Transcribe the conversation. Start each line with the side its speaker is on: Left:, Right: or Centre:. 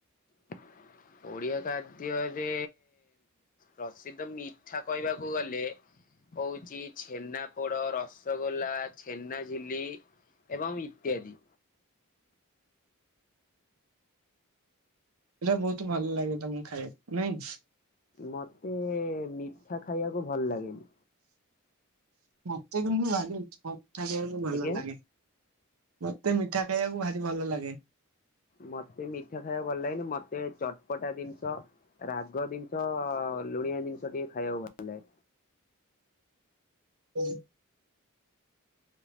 Left: <inaudible> ଓଡ଼ିଆ ଖାଦ୍ୟରେ ପ୍ରସିଦ୍ଧ ମିଠା କହିବାକୁ ଗଲେ ହଉଚ ଛେନା ପୋଡ ରସଗୋଲା ଛେନାଝିଲି ଏବଂ ଇତ୍ୟାଦି।
Right: ଏଇଟା ବହୁତ ଭଲ ଲାଗେ ତମକୁ ଖାଇବା ନାଇ?
Left: ମତେ ମିଠା ଖାଇବାକୁ ଭଲ ଲାଗେନି
Right: ମତେ କିନ୍ତୁ <unintelligible> ଭଲ
Left: ଆଜ୍ଞା
Right: ଲାଗେ। ମତେ ମିଠା ଖାଇବାକୁ ଭାରି ଭଲ ଲାଗେ।
Left: ମତେ ମିଠା ଖାଇବାକୁ ଭଲ ଲାଗେନି ମତେ ଚଟପଟା ଦିନିଷ ରାଗ ଦିନିଷ ଲୁଣିଆ ଜିନିଷ ଟିକେ ଖାଇବାକୁ ଭଲ ଲାଗେ।
Right: <inaudible>